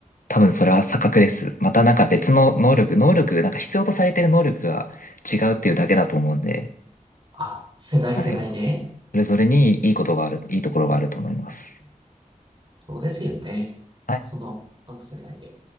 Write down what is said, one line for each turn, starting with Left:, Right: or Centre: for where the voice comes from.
Left: 多分それは錯覚です。またなんか別の能力、能力、なんか必要とされてる能力が違うっていうだけだと思うんで、
Right: あ、世代世代で。
Left: はい。それぞれにいいことがある、いいところがあると思います。
Right: そうですよね。
Left: はい
Right: その、各世代で。